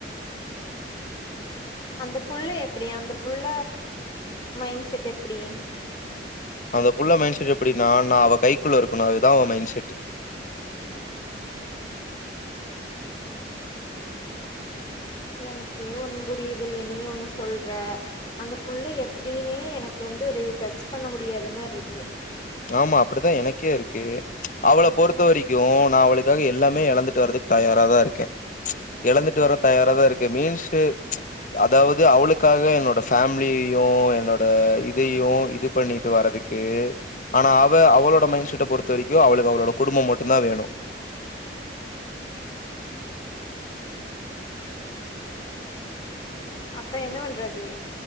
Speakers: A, on the left; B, on the left.
A: அந்த புள்ள எப்டி அந்த புள்ள மைண்ட் செட் எப்டி
B: அந்த புள்ள மைண்ட செட் எப்டின்னா நா அவ கைக்குள்ள இருக்கணு அதுதா அவ மைண்ட செட்
A: எனக்கே ஒண்ணு புரியுது இல்ல நீ ஒண்ணு சொல்ற அந்த புள்ள எப்டின்னே எனக்கு வந்து ஒரு ஜட்ஜ் பண்ண முடியாத மாரி இருக்கு
B: ஆமா அப்டித்தா எனக்கே இருக்கு அவள பொறுத்த வரைக்கு நா அவளுக்காக எல்லாமே எழந்துட்டு வரதுக்கு தயாராதா இருக்கே எழந்துட்டு வர தயாராதா இருக்கே மீன்ஸ் அதாவது அவளுக்காக என்னோட ஃபமிலியையு என்னோட இதையு இது பண்ணிட்டு வரதுக்கு ஆனா அவ அவளோட மைண்ட் செட்ட பொறுத்த வரைக்கு அவளுக்கு அவளோட குடும்பம் மட்டும் தா வேணு
A: அப்ப என்ன பண்றது